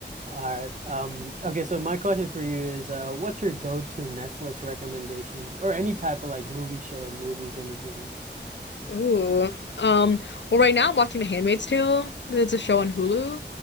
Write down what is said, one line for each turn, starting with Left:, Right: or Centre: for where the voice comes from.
Right: All right. Um, okay, so my question for you is uh what's your go-to Netflix recommendation or any type of like movie show or movies, anything?
Left: ooh um well right now I'm watching The Handmaid's Tale it's a show on Hulu